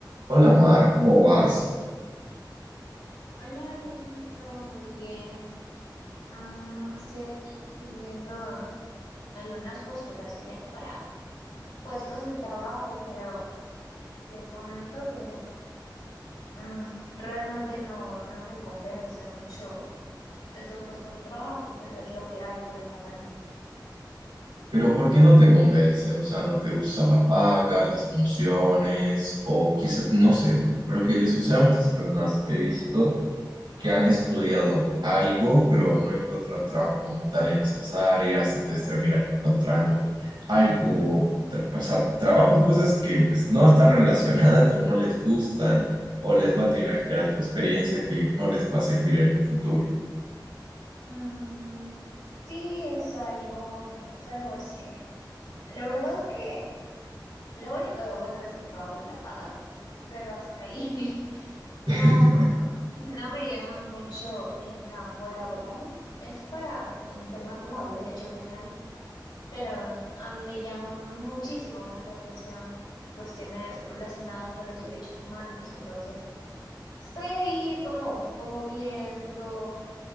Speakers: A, on the right; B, on the left.
A: Hola Mar, ¿cómo vas?
B: Hola, Benito, muy bien. Mm, estoy aquí viendo algunas postulaciones para puestos de trabajo, pero te comento que mm, realmente no, no me convence mucho estos puestos de trabajo, pero es lo que hay por el momento.
A: Pero ¿por qué no te convencen? O sea, ¿no te gusta la paga, las funciones? O quizás, no sé, lo que les sucede a muchas personas he visto que han estudiado algo, pero no encuentran trabajo como tal en esas áreas, entonces terminan encontrando algo, tra- o sea, trabajo en cosas que pues no están relacionadas <laughs> o no les gustan, o les va a terminar generando experiencia que no les va a servir en un futuro.
B: Mm, sí, es algo, es algo así. La verdad que lo único de bueno de este trabajo es la paga, pero hasta ahí. <laughs> No,
A: <laughs>
B: no me llama mucho el campo laboral. Es para un tema como de derecho penal, pero a mí me llama muchísimo más la atención cuestiones relacionadas a los derechos humanos. Entonces, estoy ahí como, como viendo.